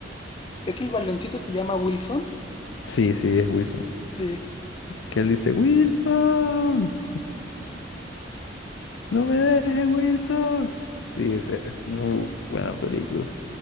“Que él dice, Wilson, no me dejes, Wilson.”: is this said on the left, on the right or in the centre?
Left